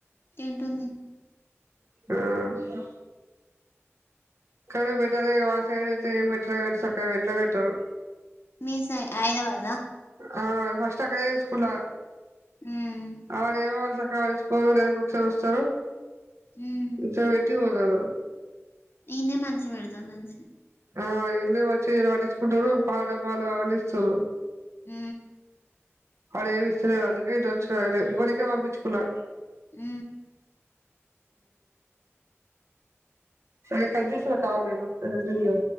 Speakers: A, on the left (about 50°); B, on the right (about 70°).
A: ఏంట్టుంది
B: ఆ స్లో కానీ బెటర్ మా సైడ్ అయితే ఏం పెట్టరు చక్కగా ఎండలో పెట్టరు
A: మీ సైడ్ హైదరాబాద్ ద
B: ఆ ఫస్ట్ అక్కడే ఏసుకున్న
A: హ్మ్.
B: అ ఏవో సక కావలుచుకోవరు నెలకి ఒకసారి వస్తారు
A: హ్మ్.
B: చబెటి పోతా తరు
A: ఈన్నే మంచి పెడతాం దంచి
B: ఆ ఇల్ మచ్చగాలు పటించుకుంటారు పా డబ్బాలు అవని ఇస్తుర్రు
A: ఉ
B: అడేవిస్తలే అందుకే ఇటు వచ్చిన ఇవరిక పంపించుకున్నా
A: ఉ
B: ఆ కట్ చేస్తున్న కాలు నేను